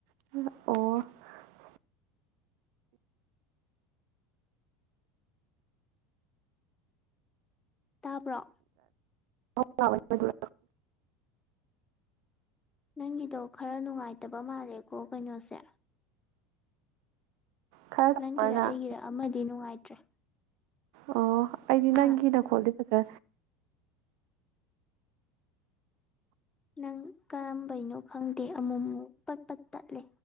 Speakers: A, on the right (about 65°); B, on the left (about 15°).
A: ꯑꯣ
B: ꯇꯥꯕ꯭ꯔꯣ
A: <unintelligible>
B: ꯅꯪꯒꯤꯗꯣ ꯈꯔ ꯅꯨꯡꯉꯥꯏꯇꯕ ꯃꯥꯜꯂꯦꯀꯣ ꯀꯩꯅꯣꯁꯦ
A: ꯈꯔ ꯆꯥꯎꯔ
B: ꯅꯪꯒꯤꯔ
A: ꯅꯪ
B: ꯑꯩꯒꯤꯔ ꯑꯃꯗꯤ ꯅꯨꯡꯉꯥꯏꯇ꯭ꯔꯦ
A: ꯑꯣ ꯑꯩꯗꯤ
B: ꯍꯥ
A: ꯅꯪꯒꯤ ꯅꯈꯣꯜꯗꯤ ꯐꯖ
B: ꯅꯪ ꯀꯔꯝꯕꯩꯅꯣ ꯈꯪꯗꯦ ꯑꯃꯨꯃꯨꯛ ꯄꯠꯄꯠ ꯇꯠꯂꯦ